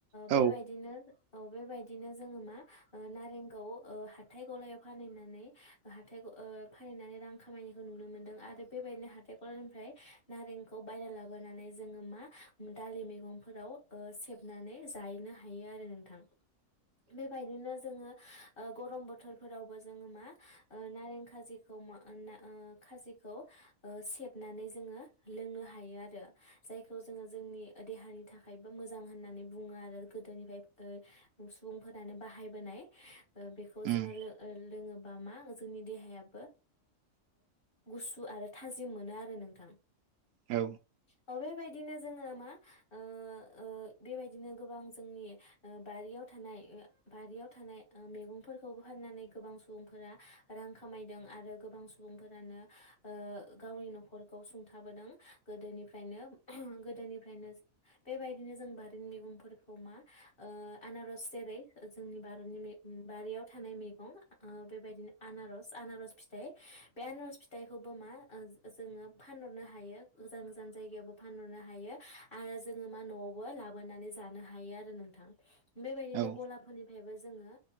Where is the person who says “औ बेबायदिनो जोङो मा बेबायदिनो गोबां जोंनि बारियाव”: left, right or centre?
Left